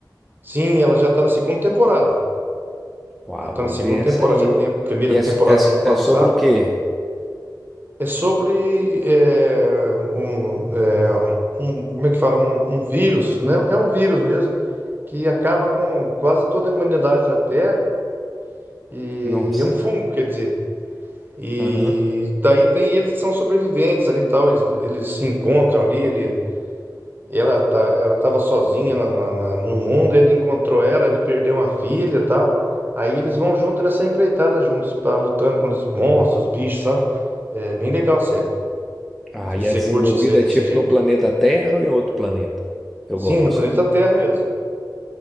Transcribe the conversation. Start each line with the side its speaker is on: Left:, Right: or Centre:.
Right: Sim, ela já tá na segunda temporada.
Centre: Uau,
Right: Ela tá
Centre: vou
Right: na segunda
Centre: ver
Right: temporada,
Centre: essa aí.
Right: já tem a primeira
Centre: E
Right: temporada
Centre: é, so- é, so-
Right: do ano passado.
Centre: é sobre o quê?
Right: É sobre é, um, é, um- como é que fala? Um, um vírus, né? É um vírus mesmo, que acaba com quase toda a humanidade da Terra. E
Centre: Nossa.
Right: é um fungo, quer dizer. E
Centre: Aham.
Right: daí tem eles que são sobreviventes ali e tal, eles, eles se encontram ali, ele, ela tá, ela tava sozinha na- na- na- no mundo, ele encontrou ela, ele perdeu uma filha e tal. Aí eles vão junto nessa empreitada juntos, pra, lutando contra os monstros, os bichos, sabe? É bem legal a série. Não
Centre: Ah,
Right: sei
Centre: e
Right: se
Centre: é
Right: você
Centre: desenvolvida
Right: curte séries
Centre: tipo
Right: desse jeito.
Centre: no planeta Terra ou em outro planeta? Eu
Right: Sim,
Centre: gosto.
Right: no planeta Terra mesmo.